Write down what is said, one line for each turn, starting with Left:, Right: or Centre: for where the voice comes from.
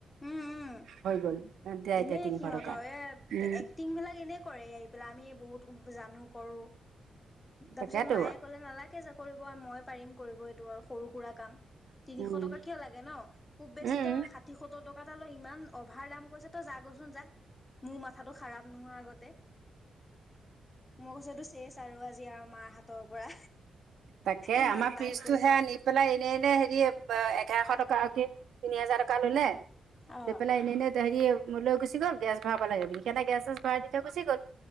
Left: উম উম
Right: হৈ গল। দিয়া
Left: এনেই
Right: এতিয়া তিনিশ
Left: সিহঁতৰ
Right: টকা
Left: এ
Right: উম
Left: এক্টিং বিলাক এনেই কৰে এই পেলাক আমি বহুত। জানো কৰো তাৰপিছত
Right: তাকেতো
Left: মায়ে কলে নালাগে যা কৰি। ব মই পাৰিম কৰিব এইটো আৰু সৰু সুৰা কাম।
Right: উম
Left: তিনিশ টকা কিয় লাগে ন খুব বেছিতো
Right: উম
Left: ষাঠি সত্তৰ টকা এটা লৈ ইমান অভাৰ দাম। ত যাগৈ চোন যা মোৰ মাথাটো খাৰাপ নোহোৱা আগতে। মই কৈছো এইটো চেচ আৰু আজি আৰু মাৰ হাতৰ। পৰা
Right: তাকে
Left: ইমান
Right: আমাৰ
Left: দাম
Right: ফ্ৰিজটো
Left: কৈছে
Right: সেয়া নি পেলাই এনে এনে হেৰি এঘাৰশ টকাকে। তিনি হাজাৰ টকা ললে
Left: অ
Right: লৈ পেলাই এনেই এনেই হেৰি। মো লৈ গুচি গল গেছ ভৰাব লাগে বুলি সেনেকে গেছ ভৰাই দি থৈ গুচি গল।